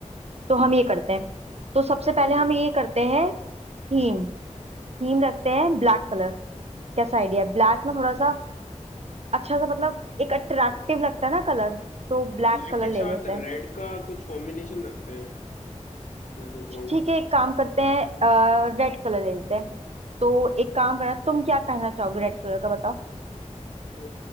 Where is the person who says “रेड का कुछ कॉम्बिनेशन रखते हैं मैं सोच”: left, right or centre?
Left